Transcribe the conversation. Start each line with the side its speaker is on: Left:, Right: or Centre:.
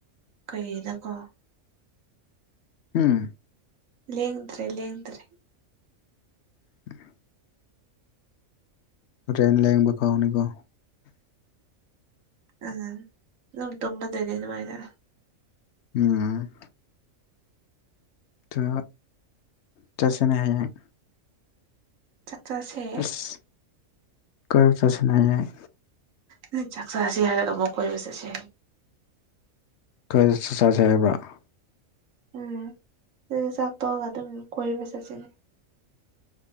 Right: ꯀꯩꯒꯤꯅꯀꯣ
Left: ꯍꯝ
Right: ꯂꯦꯡꯗ꯭ꯔꯦ ꯂꯦꯡꯗ꯭ꯔꯦ
Left: <inaudible> ꯑꯗꯨꯃꯥꯏ ꯂꯡꯕ ꯀꯥꯎꯅꯤꯀꯣ
Right: ꯑ ꯅꯪ ꯇꯨꯝꯕꯔꯥ ꯑꯗꯨꯃꯥꯏꯅ
Left: ꯎꯝ ꯇꯣ ꯆꯠꯁꯤꯅ ꯍꯥꯌꯦꯡ꯫
Right: ꯆꯥꯛ ꯆꯥꯁꯦ꯫
Left: ꯏꯁ ꯀ ꯏ ꯆꯠꯁꯤꯅꯦ ꯍꯌꯦꯡ꯫
Right: ꯅ ꯆꯥꯛ ꯆꯥꯁꯤ ꯍꯥꯏꯔꯒ ꯑꯃꯛ ꯀꯣꯏꯕ ꯆꯠꯁꯤ
Left: ꯈꯔ 'unintelligible' ꯍꯥꯏꯕ꯭ꯔꯥ꯫
Right: ꯎꯝ ꯁꯤ ꯆꯥꯛ ꯇꯣꯛꯔꯒ ꯑꯗꯨꯝ ꯀꯣꯏꯕ ꯆꯠꯁꯤꯅꯦ